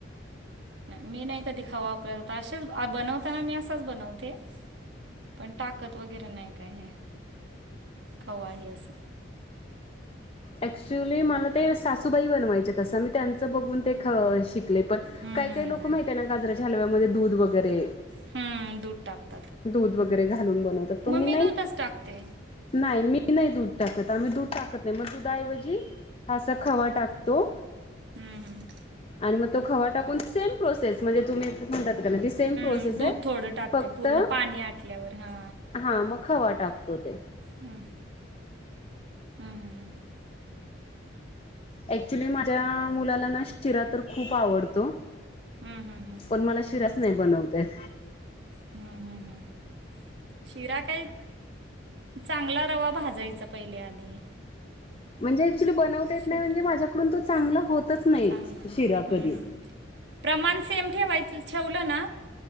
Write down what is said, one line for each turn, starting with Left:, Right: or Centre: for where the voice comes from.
Right: नाही मी नाही कधी खावा वापरला असेच बनवताना मी. असाच बनवते पण टाक ताकद वगैरे नाही काय हे खवा अस.
Left: ऍक्च्युली मला ते सासूबाई बनवायचे तसं मी त्यांचं बघून ते ख शिक. पण
Right: हम्म
Left: काही काही
Right: हम्म
Left: लोक माहितय ना गजराच्या हलव्यामध्ये दूध वगैरे.
Right: <unintelligible>
Left: दूध वगैरे घालून बनवतात पण
Right: मग
Left: मी नाही
Right: दूधच टाकते
Left: नाही मी. ी नाही दूध टाकत आम्ही दूध टाकत नाही मग दुधाऐवजी असा खवा टाकतो.
Right: हम्म हम्.
Left: आणि मग तो खवा टाकून सेम प्रोसेस म्हणजे तुम्ही म्हण त सेम प्रोसेस
Right: हम्म दूध
Left: आहे
Right: थोडं टाकते
Left: फक्त.
Right: पूर्ण पाणी आटल्यावर हा
Left: हा मग खवा टाकतो ते.
Right: हम् हम्म.
Left: ऍक्च्युली माझ्या मुलाला ना शिरा तर खूप आवडतो.
Right: हम्म हम्म हम्म
Left: पण मला शिरास नाही बनवतेत.
Right: हम्म हम्म हम्म शिरा काय चांगला रवा भाजायचा पहिले आधी.
Left: म्हणजे ऍक्च्युली बनवता येत
Right: शिरा
Left: नाही म्हणजे माझ्याकडून तो चांगला होतच नाही
Right: चांगला हम्म
Left: शिरा कधी.
Right: हम्म प्रमाण सेम ठेवायच ठेवलं ना